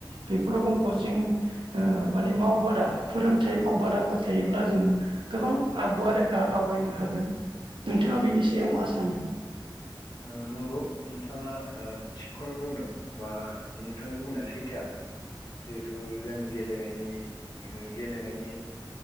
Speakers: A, on the right; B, on the left.
A: बेफोर रोखोम कचिं ओ माने मावबा दा फोरोंथाइ मावबादाफोर
B: औ
A: थायोब्ला जोङो गोबां आगबाराय आवगायनो हागोन। नोंथाङा बेनि सायाव मा सानो?
B: ओ नंगौ नोंथाङा ओ थिगखौनो बुंदों बा नों थांनि बुंनाया सैथोआनो जिहेथु जों गेलेनायनि गेलेनायनि